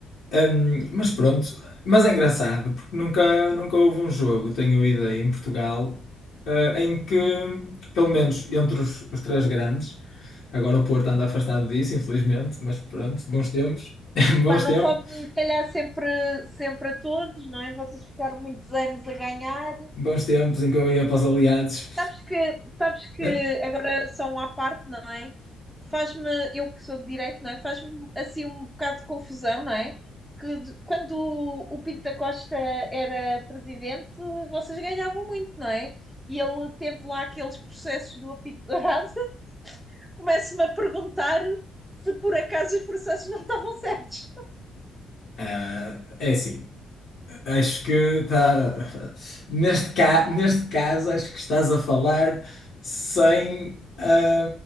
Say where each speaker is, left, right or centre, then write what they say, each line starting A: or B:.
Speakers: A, on the left (about 70°); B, in the centre.
A: Hum, mas pronto, mas é engraçado, porque nunca, nunca houve um jogo, tenho a ideia, em Portugal, eh, em que, pelo menos entre os, os três grandes, agora o Porto anda afastado disso, infelizmente, mas pronto, bons tempos, <laughs> bons
B: Pá, não
A: tempos.
B: pode calhar sempre, sempre a todos, não é? Vocês ficaram muitos anos a ganhar.
A: Bons tempos em que eu ia para os aliados.
B: Sabes que, sabes que
A: Né?
B: agora só um à parte, não é? Faz-me, eu que sou de direito, não é? Faz-me assim um bocado de confusão, não é? Que de- quando o, o Pinto da Costa era presidente, vocês ganhavam muito, não é? E ele teve lá aqueles processos do apito dourado. <laughs> Começo-me a perguntar se por acaso os processos não estavam certos.
A: Ah, é assim, acho que está. Neste, ca... Neste caso, acho que estás a falar sem. ah,